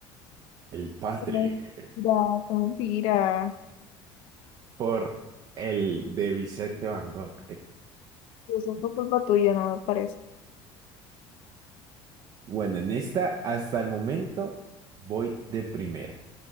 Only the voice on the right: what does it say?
El Patrick.
Por el de Vicente Van Gogh.
Bueno, en esta, hasta el momento, voy de primera,